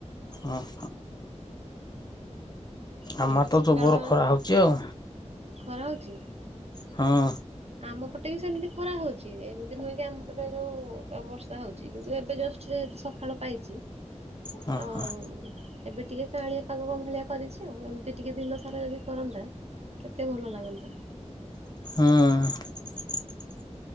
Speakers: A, on the left; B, on the right.
A: ଓହ।
B: ଯେହେତୁ
A: ଆମ ତ
B: ସକାଳ
A: ଜବର ଖରା ହଉଛି ଆଉ
B: ଖରା ହଉଛି
A: ହଁ
B: ଆମ ପଟେ ବି ସେମିତି ଖରା ହଉଛି। ଏମିତି ନୁହେଁ କି ଆମପଟେ ଯୋଉ ବର୍ଷା ହଉଛି କିନ୍ତୁ ଏବେ ଜଷ୍ଟ ଯେହେତୁ ସକାଳ ପାଇଛି ଅ
A: ହଁ
B: ଅ
A: ହଁ
B: ଉଁ ଏବେ ଟିକେ କାଳିଆ ପାଗ କ ଭଳିଆ କରିଛି ଆଉ ଏମିତି ଟିକେ ଦିନ ସାରା ଯଦି କରନ୍ତା? କେତେ ଭଲ ଲାଗନ୍ତା।
A: ହଁ।